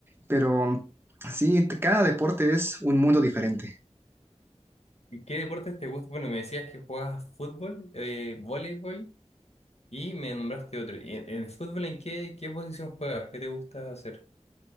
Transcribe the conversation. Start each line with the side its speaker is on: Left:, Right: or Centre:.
Right: Pero sí, t- cada deporte es un mundo diferente.
Left: ¿Y qué deportes te gustan? Bueno, me decías que juegas fútbol, eh, voleibol y me nombraste otro. ¿Y ¿En, en el fútbol en qué, qué posición juegas? ¿Qué te gusta hacer?